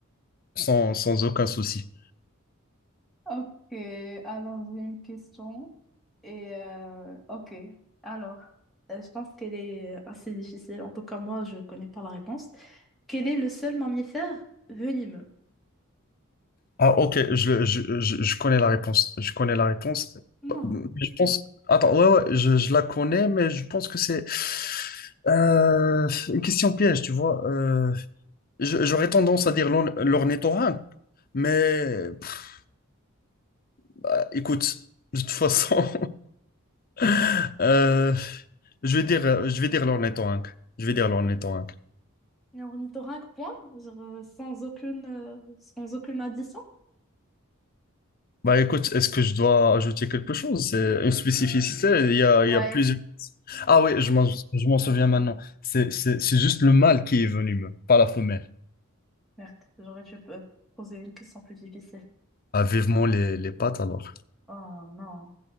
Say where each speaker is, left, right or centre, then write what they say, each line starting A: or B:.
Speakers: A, on the left; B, in the centre.
A: sans, sans aucun souci.
B: Ok, alors j'ai une question. Et euh, ok, alors euh, je pense qu'elle est assez difficile. En tout cas, moi, je connais pas la réponse. Quel est le seul mammifère venimeux?
A: Ah, ok, je, je, je, je connais la réponse. Je connais la réponse.
B: Non,
A: Je pense. Attends, ouais, ouais, je, je la connais, mais je pense que c'est euh, une question piège, tu vois. Euh, je- j'aurais tendance à dire l'orn- l'ornithorynque, mais pff, bah, écoute, de toute façon, <laughs> euh, je vais dire, je vais dire l'ornithorynque. Je vais dire l'ornithorynque.
B: un ornithorynque, point, Genre, euh, sans aucune, euh, sans aucune addition.
A: Bah écoute, est-ce que je dois ajouter quelque chose? C'est une spécificité, il y a, il
B: Ouais.
A: y a plusieurs. Ah oui, je m'en je m'en souviens maintenant. C'est c'est- c'est juste le mâle qui est venu, me- pas la femelle.
B: Merde, j'aurais dû euh, poser une question plus difficile.
A: Ah, vivement les, les pattes alors.
B: Oh non.